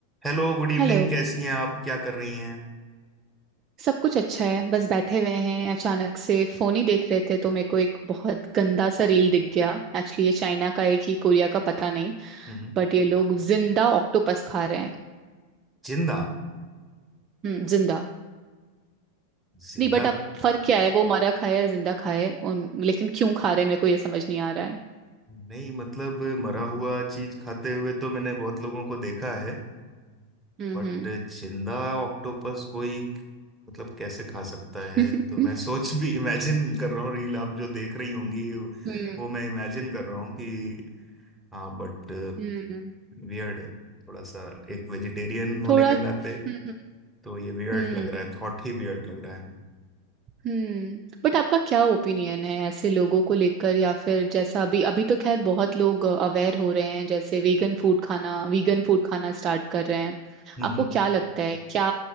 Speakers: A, in the centre; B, on the right.
A: Hello good evening
B: Hello
A: कैसी हैं आप क्या कर रही हैं
B: सब कुछ अच्छा है बस बैठे हुए हैं अचानक से फोन ही देख रहे थे तो मेरे को एक बहुत गंदा सा रील दिख गया एक्चुअली ये चाइना का है कि कोरिया का पता नहीं
A: हम्म
B: बट ये लोग जिंदा ऑक्टोपस खा रहे हैं
A: जिंदा
B: हम्म जिंदा
A: जिंदा
B: नहीं बट अब फर्क क्या है वो मरा खाया है जिंदा खाया है उन लेकिन क्यों खा रहे हैं मेरे को ये समझ नहीं आ रहा है
A: नहीं मतलब मरा हुआ चीज खाते हुए तो मैंने बहुत लोगों को देखा है
B: हम्म
A: बट जिंदा ऑक्टोपस कोई मतलब कैसे खा सकता है
B: हम्म
A: तो मैं
B: <laughs>
A: सोच भी इमेजिन कर रहा हूँ रील आप जो देख रही होंगी
B: हम्म
A: वो मैं इमेजिन कर रहा हूँ कि हाँ बट
B: हम्म
A: वियर्ड है थोड़ा सा एक वेजिटेरियन होने
B: थोड़ा
A: के
B: हम्म
A: नाते
B: हम्म
A: तो ये वियर्ड
B: हम्म।
A: लग रहा है थॉट ही वियर्ड लग रहा है
B: हम्म बट आपका क्या ओपिनियन है ऐसे लोगों को लेकर या फिर जैसा अभी अभी तो खैर बहुत लोग अवेयर हो रहे हैं जैसे वेगन फूड खाना वीगन फूड खाना स्टार्ट कर रहे हैं
A: हम्म,
B: आपको
A: हम्म।
B: क्या लगता है क्या